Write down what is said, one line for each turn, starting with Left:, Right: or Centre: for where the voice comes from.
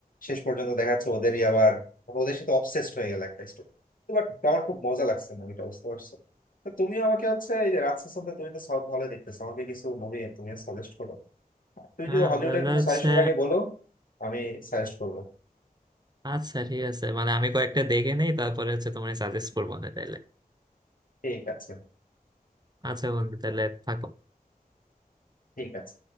Left: শেষ পর্যন্ত দেখা যাচ্ছে ওদেরই আবার ওদের সাথে অবসেসড হয়ে গেল একটা স্টোরি বাট আমার খুব মজা লাগছে মুভিটা বুঝতে পারছো তো তুমি আমাকে হচ্ছে এই যে রাত সেশন তুমি তো সব ভালোই দেখতেছো আমাকে কিছু মুভি তুমি সাজেস্ট করো তুমি
Right: হ্যাঁ
Left: যদি হলিউডের
Right: তাহলে
Left: কোনো
Right: হচ্ছে
Left: সাজেশন লাগে বলো আমি সাজেস্ট করবো
Right: আচ্ছা ঠিক আছে মানে আমি কয়েকটা দেখে নেই তারপরে হচ্ছে তোমার সাজেস্ট করবো না তাইলে
Left: ঠিক আছে
Right: আচ্ছা বন্ধু তাহলে থাকো
Left: ঠিক আছে